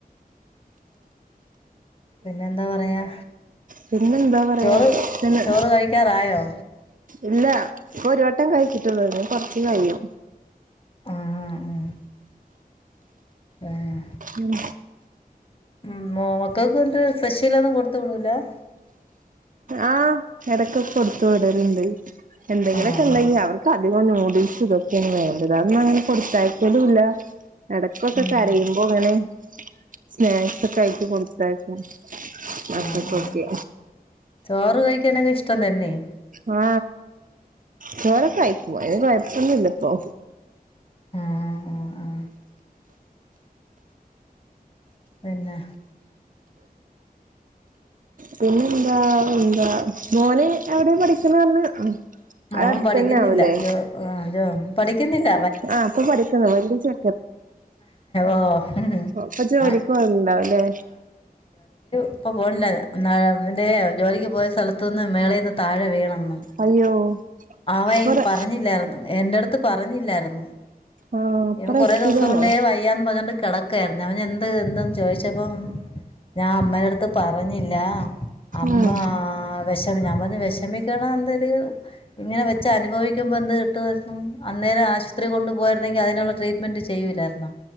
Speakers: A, on the left (about 35°); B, on the right (about 60°).
A: പിന്നെ എന്താ പറയാ
B: പിന്നെന്താ പറയാ
A: ചോറ്
B: പിന്നെ
A: ചോറ് കഴിക്കാറായോ
B: ഇല്ല ഒരു വട്ടം കഴിച്ചിട്ടുള്ളൂകൊറച്ച് കഴിയും
A: ആഹ ആഹ് ആഹ ആഹ
B: ഉം
A: <unintelligible>
B: ആഹ് ഇടക്കൊക്കെ കൊടുത്തു വിടലുണ്ട് എന്തെങ്കിലൊക്കെ
A: ആഹ്
B: ഉണ്ടെങ്കിൽ അവർക്ക് അധികോം നൂ ഡിൽസും ഇതൊക്കെയാണ് വേണ്ടത് അന്നും അങ്ങനെ കൊടുത്തയാക്കലും ഇല്ല ഇടക്കൊക്കെ
A: ആഹ് ഉം
B: കരയുമ്പോ അങ്ങനെ സ്നാക്സ് ഒക്കെ ആയിട്ടി കൊടുത്തയക്കും നസപ്പൊക്കെ
A: ആഹ് ആഹ് ചോറ് കഴിക്കാനൊക്കെ ഇഷ്ടം തന്നെ
B: ആ ചോറൊക്കെ കഴിക്കും കൊഴപ്പം ഒന്നൂല്യായിപ്പോ
A: ആഹ് ആഹ് ആഹ് പിന്നെ
B: പിന്നെ എന്താ എന്താ മോന് അവിടെ പഠിക്കണ പറഞ്ഞ
A: മോൻ
B: അടെ അടുത്ത്
A: പഠിക്കുന്നില്ല
B: തന്നെ ആാവല്ലേ
A: ജോ ആഹ് ജോ പഠിക്കുന്നില്ല
B: ആഹ അപ്പൊ പഠിക്കുന്നു വല്ല്യ ചെ
A: ഓ ആ <unintelligible>
B: ഇപ്പൊ ജോലിക്ക് പോവുന്നുണ്ടാവുല്ലേ
A: അപ്പ പോകണില്ലാ എറെ ജോലിക്ക് പോയ സ്ഥലത്തുന്ന് മേളേൽ നിന്ന് താഴെ വീണം
B: അയ്യോ
A: അവന്
B: ഇപ്പൊ റെ
A: പറഞ്ഞില്ലായിരുന്നു എന്റെ അടുത്ത് പറഞ്ഞില്ലായിരുന്നു
B: ആഹ് ഇപ്പൊ
A: ഇപ്പം
B: റെസ്റ്റിലാണോ
A: കുറെേ ദിവസം കൊണ്ട് വയ്യാന്ന് പറഞ്ഞണ്ട് കിട അവൻ എന്ത് എന്തന്ന് ചോയിച്ചപ്പം ഞാൻ അമ്മേനടുത്ത് പറഞ്ഞില്ല അമ്മ
B: ഉം
A: വിഷമി ഞാൻ പറഞ്ഞ വിഷമിക്കണ എന്തരു ഇങ്ങനെ വെച്ച അനുഭവിക്കുമോൾ എന്ത് കിട്ടമായിയിരുന്നു അന്നേര ആശുപത്രി കൊണ്ട് പോയിരുന്നെങ്ക അതിനുള്ള ട്രീറ്റ്മെന്റ് ചെയ്യല്ല